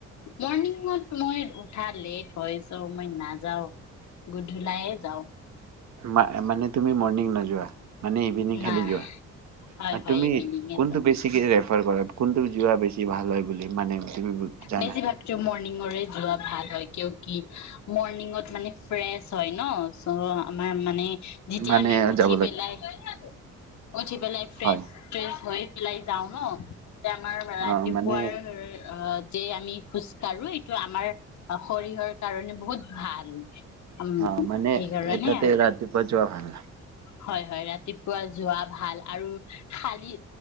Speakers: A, on the left; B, on the right.
A: মৰ্ণিঙত মই উঠা লেট হৈছোঁ, মই নাযাওঁ। গধূলায়ে যাওঁ।
B: মা মানে তুমি মৰ্ণিং নোযোৱা, মানে ইভিনিং খালী
A: না
B: যোৱা।
A: হয় হয়
B: তুমি
A: ইভিনিঙে
B: কোনটো
A: যা
B: বেছিকৈ ৰেফাৰ কৰা, কোনটো যোৱা বেছি ভাল হয়? দিব মানে তুমি জানা
A: বেছিভাগতো মৰ্ণিঙৰে যোৱা ভাল হয়, কিয় কি, মৰ্ণিঙত মানে ফ্ৰেচ হয় ন? চ' আমাৰ মানে যেতিয়া
B: মানে
A: আমি উঠি
B: যাব লাগে
A: পেলাই উঠি পেলাই ফ্ৰেছ
B: হয়
A: ফ্ৰেছ হৈ পেলাই যাওঁ ন? আমাৰ ৰাতিপুৱাৰ
B: অ মানে
A: অ' যে আমি খোজ কাঢ়ো, এইটো আমাৰ শৰীহৰ কাৰণে বহুত ভাল। উম
B: অ মানে
A: সেইকাৰণে
B: এটাতে ৰাতিপুৱা যোৱা ভাল।
A: হয়- হয়, ৰাতিপ পুৱা যোৱা ভাল আৰু খালি,